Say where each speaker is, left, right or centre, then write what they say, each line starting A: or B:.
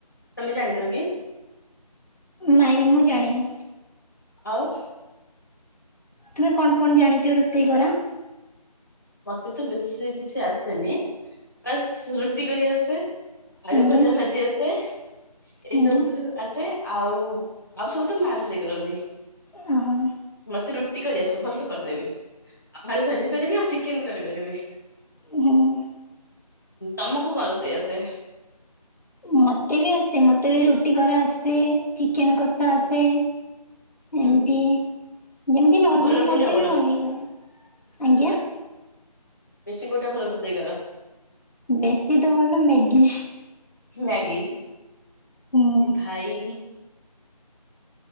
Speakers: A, on the left; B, on the left.
A: ତମେ ଜାଣିନ କି?
B: ନାଇଁ ମୁଁ ଜାଣିନି।
A: ଆଉ।
B: ତୁମେ କଣ କଣ ଜାଣିଚ ରୋଷେଇ କରା?
A: ମତେ ତ ବେଶୀ କିଛି ଆସେନି ବାସ୍ ରୁଟି କରି ଆସେ। ଆଳୁ
B: ଆଜ୍ଞା
A: ଭଜା ଭାଜି ଆସେ ଏଇ
B: ଆଜ୍ଞା
A: ସବୁ ଆସେ ଆଉ ଆଉ ସବୁ ତ ମା ରୋଷେଇ କରନ୍ତି।
B: ହଁ
A: ମତେ ରୁଟି କରି ଆସ ଭଲସେ କରିଦେବି ଆଉ ଆଳୁ ଭାଜି ପାରିବି ଆଉ ଚି କେନ କରିପାରିବି
B: ହୁଁ
A: ତମକୁ କଣ ରଷେଇ ଆସେ?
B: ମତେ ବି ଆସେ ମତେ ବି ରୁଟି କରା ଆସେ ଚିକେନ କଷା ଆସେ। ଏମତି।
A: ହୁଁ
B: ଯେମିତି ନର୍ମାଲ
A: ଭଲ
B: ଖାଦ୍ୟ
A: କୋଉଟା କର
B: ବି ବନେଇବା ଆଜ୍ଞା।
A: ବେଶି କୋଉଟା ଭଲ ରୋଷେଇ କର?
B: ବେଶି ତ ଭଲ ମ୍ୟାଗି।
A: ମ୍ୟାଗି।
B: ହୁଁ।
A: ଏ ଭାଇ।